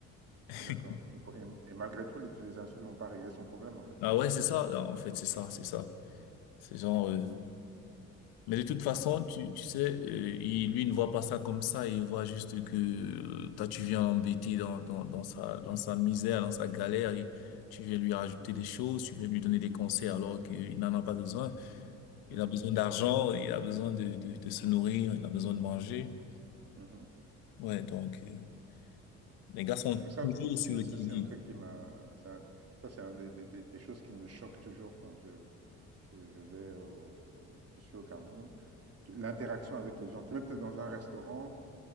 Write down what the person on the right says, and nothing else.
D'accord. Et, pour- et- et malgré tout, les, les insultes vont pas régler son problème, en fait.
Mhm,
mhm.
Et Ça,
ça,
ça,
c'est un truc qui m'a. c'est un- Ça, c'est un des, des- des- des choses qui me choque toujours quand je, je, je vais au- je suis au Cameroun. L'interaction avec les gens. Tu es peut-être dans un restaurant,